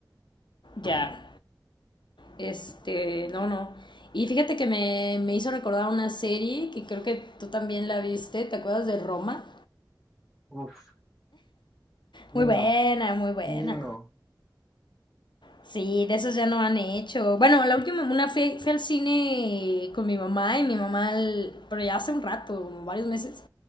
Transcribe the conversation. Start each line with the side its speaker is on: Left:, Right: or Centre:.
Left: Ya. Este, no, no. Y fíjate que me, me hizo recordar una serie que creo que tú también la viste, ¿te acuerdas de Roma?
Centre: Uf, Kino,
Left: Muy buena, muy buena.
Centre: Kino,
Left: Sí, de esas ya no han hecho. Bueno, la última, una fui, fui al cine con mi mamá y mi mamá, el- pero ya hace un rato, varios meses.